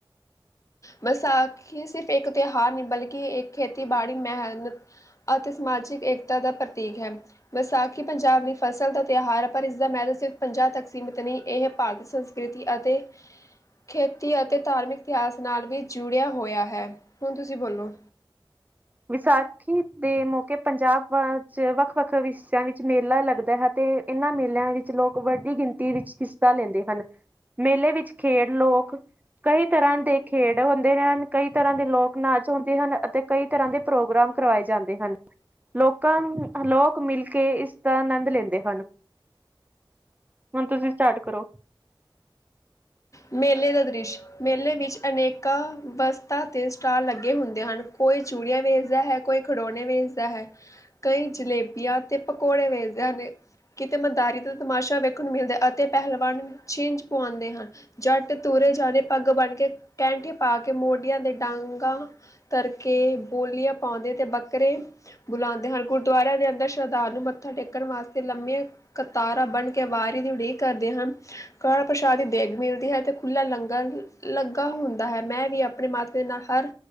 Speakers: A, on the left; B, on the right.
A: ਵਿਸਾਖੀ ਸਿਰਫ ਇੱਕ ਤਿਉਹਾਰ ਨਹੀਂ ਬਲਕਿ ਇਹ ਖੇਤੀਬਾੜੀ ਮਿਹਨਤ ਅਤੇ ਸਮਾਜਿਕ ਏਕਤਾ ਦਾ ਪ੍ਰਤੀਕ ਹੈ ਵਿਸਾਖੀ ਪੰਜਾਬ ਲਈ ਫਸਲ ਦਾ ਤਿਉਹਾਰ ਹੈ ਪਰ ਇਸਦਾ ਮਹਿਲ ਸਿਰਫ ਪੰਜਾਹ ਤੱਕ ਸੀਮਿਤ ਨਹੀਂ ਇਹ ਭਾਰਤੀ ਸੰਸਕ੍ਰਿਤੀ ਅਤੇ ਖੇਤੀ ਅਤੇ ਧਾਰਮਿਕ। ਇਤਿਹਾਸ ਨਾਲ ਵੀ ਜੁੜਿਆ ਹੋਇਆ ਹੈ, ਹੁਣ ਤੁਸੀਂ ਬੋਲੋ?
B: ਵਿਸਾਖੀ ਦੇ ਮੌਕੇ ਪੰਜਾਬ 'ਚ ਵੱਖ ਵੱਖ ਹਿੱਸਿਆਂ ਵਿੱਚ ਮੇਲਾ ਲੱਗਦਾ ਹੈ ਅਤੇ ਇਹਨਾਂ ਮੇਲਿਆਂ ਵਿੱਚ ਲੋਕ ਵੱਡੀ ਗਿਣਤੀ ਵਿੱਚ ਹਿੱਸਾ ਲੈਂਦੇ ਹਨ ਮੇਲੇ ਵਿੱਚ ਖੇਡ ਲੋਕ ਕਈ ਤਰ੍ਹਾਂ ਦੇ ਖੇਡ ਹੁੰਦੇ ਹਨ ਕਈ ਤਰ੍ਹਾਂ ਦੇ ਲੋਕ ਨਾਚ ਹੁੰਦੇ ਹਨ ਅਤੇ ਕਈ। ਤਰ੍ਹਾਂ ਦੇ ਪ੍ਰੋਗਰਾਮ ਕਰਵਾਏ ਜਾਂਦੇ ਹਨ ਲੋਕਾਂ ਨੂੰ ਲੋਕ ਮਿਲ ਕੇ ਇਸਦਾ ਆਨੰਦ ਲੈਂਦੇ ਹਨ, ਹੁਣ ਤੁਸੀਂ ਸਟਾਰਟ ਕਰੋ?
A: ਮੇਲੇ ਦਾ ਦ੍ਰਿਸ਼ ਮੇਲੇ ਵਿੱਚ ਅਨੇਕਾਂ ਵਸਤਾਂ ਤੇ ਸਟਾਲ ਲੱਗੇ ਹੁੰਦੇ ਹਨ ਕੋਈ ਚੂੜੀਆਂ ਵੇਚਦਾ ਹੈ, ਕੋਈ ਖਡੋਣੇ ਵੇਚਦਾ, ਹੈ, ਕਈ ਜਲੇਬੀਆਂ ਤੇ ਪਕੌੜੇ ਵੇਚਦੇ ਹਨ, ਕਿਤੇ ਮਦਾਰੀ ਦਾ ਤਮਾਸ਼ਾ ਵੇਖਣ ਨੂੰ ਮਿਲਦਾ ਹੈ ਅਤੇ ਪਹਿਲਵਾਨ ਛਿੰਜ ਪਾਉਂਦੇ ਹਨ। ਜੱਟ ਤੁਰੇ ਜਾਣੇ ਪੱਗ ਬਣ ਕੇ ਕੈਂਠੇ ਪਾ ਕੇ ਮੋਢੀਆਂ ਦੇ ਡਾਂਗਾਂ ਤਰ ਕੇ ਬੋਲੀਆਂ ਪਾਉਂਦੇ, ਤੇ ਬੱਕਰੇ ਬੁਲਾਉਂਦੇ ਹਨ, ਗੁਰਦੁਆਰਿਆਂ ਦੇ ਅੰਦਰ ਸ਼ਰਧਾਲੂ ਨੂੰ ਮੱਥਾ ਟੇਕਣ ਵਾਸਤੇ ਲੰਮੀਆਂ ਕਤਾਰਾਂ ਬਣ ਕੇ ਵਾਰੀ ਦੀ ਉਡੀਕ ਕਰਦੇ ਹਨ ਕੜਾ ਪ੍ਰਸ਼ਾਦਿ ਦੀ ਦੇਗ । ਤੇ ਇੱਥੇ ਖੁੱਲ੍ਹਾ ਲੰਗਰ ਲੱਗਾ ਹੁੰਦਾ ਹੈ ਮੈਂ ਵੀ ਆਪਣੇ ਮਾਤਾ ਦੇ ਨਾਲ ਹਰ